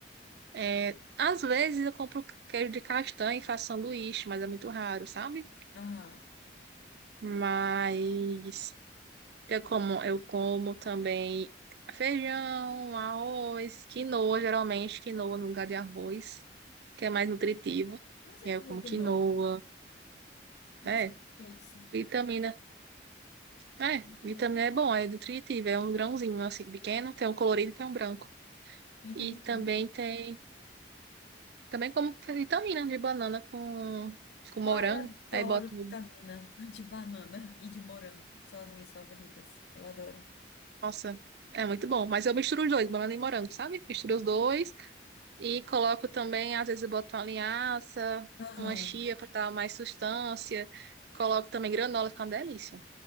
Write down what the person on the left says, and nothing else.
Aham.
Não sei
o que
é quinoa.
Não
sei o que é isso.
Aham.
Entendi.
Ai,
adoro
vitamina de banana e de morango. São as minhas favoritas. Eu adoro.
Aham.